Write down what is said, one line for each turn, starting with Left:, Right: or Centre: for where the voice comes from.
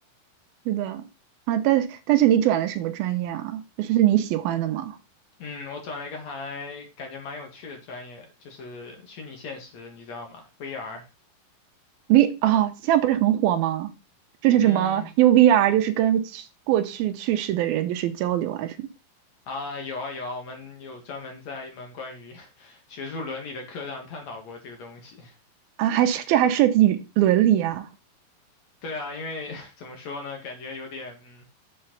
Right: 是的啊，但但是你转了什么专业啊？就是是你喜欢的吗
Left: 嗯，我转了一个还感觉蛮有趣的专业，就是虚拟现实，你知道吗？VR。
Right: ？V 啊，现在不是很火吗？就是什么
Left: 嗯，
Right: u VR，就是跟去过去去世的人就是交流啊什么的
Left: 啊，有啊有啊，我们有专门在一门关于 <laughs> 学术伦理的课上探讨过这个东西。
Right: 啊，还是这还涉及伦理啊，
Left: <laughs> 对啊，因为 <laughs> 怎么说呢，感觉有点嗯，